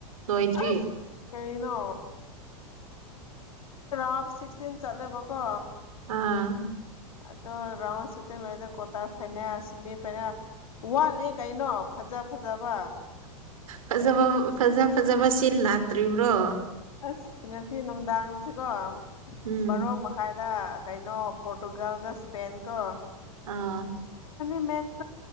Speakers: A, on the right; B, on the left.
A: ꯂꯣꯏꯗ꯭ꯔꯤ
B: ꯑꯁ ꯀꯩꯅꯣ <unintelligible> ꯁꯤꯛꯁꯇꯤꯟ ꯆꯠꯂꯦꯕꯀꯣ
A: ꯑꯥ
B: ꯑꯗꯣ ꯔꯥꯎꯟ ꯁꯤꯛꯁꯇꯤꯟ ꯂꯣꯏꯔꯗꯤ ꯀ꯭ꯋꯥꯇꯔ ꯐꯥꯏꯅꯦꯜ ꯁꯤꯃꯤ ꯐꯥꯏꯅꯦꯜ ꯋꯥꯠꯂꯤ ꯀꯩꯅꯣ ꯐꯖ ꯐꯖꯕ
A: ꯐꯖꯕ ꯐꯖ ꯐꯖꯕ ꯁꯤꯜ ꯂꯥꯛꯇ꯭ꯔꯤꯕꯣ
B: ꯑꯁ ꯉꯁꯤ ꯅꯨꯡꯗꯥꯡꯁꯤꯀꯣ
A: ꯎꯝ
B: ꯕꯥꯔꯣ ꯃꯈꯥꯏꯗ ꯀꯩꯅꯣ ꯄꯣꯔꯇꯨꯒꯜꯒꯣ ꯁ꯭ꯄꯦꯟ ꯀꯣ
A: ꯑꯥ
B: ꯃꯦꯁ